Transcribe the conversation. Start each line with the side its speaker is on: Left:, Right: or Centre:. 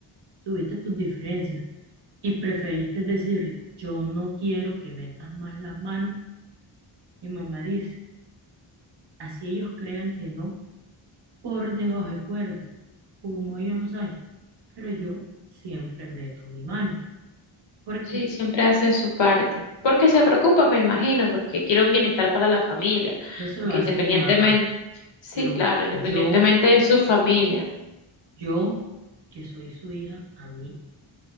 Right: tuviste tus diferencias y preferiste decirle, yo no quiero que metas más las manos. Mi mamá dice, así ellos crean que no, por debajo de cuerda, como ellos no saben, pero yo siempre meto mi mano, porque
Left: Sí, siempre hace su parte. Porque se preocupa, me imagino, porque quiere un bienestar para la familia.
Right: eso
Left: Porque
Right: lo hace
Left: independientemente,
Right: mi mamá,
Left: sí,
Right: pero
Left: claro, independientemente
Right: yo,
Left: de su familia.
Right: yo, que soy su hija, a mí,